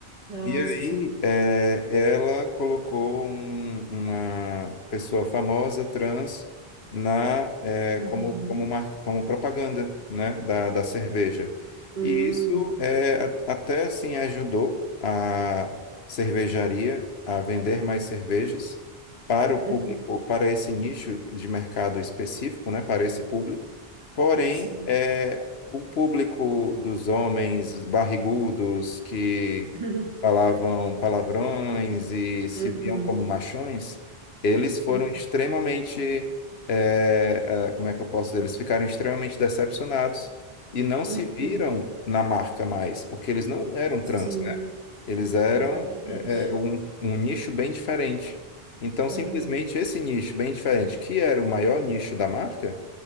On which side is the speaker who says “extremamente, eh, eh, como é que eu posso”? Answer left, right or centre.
Left